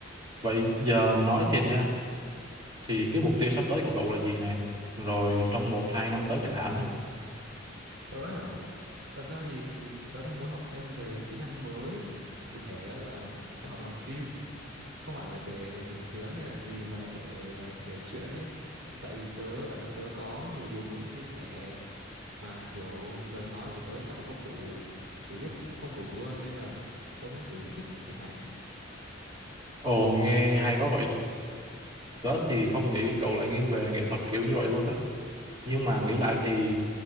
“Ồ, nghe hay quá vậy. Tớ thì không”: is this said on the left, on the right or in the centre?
Right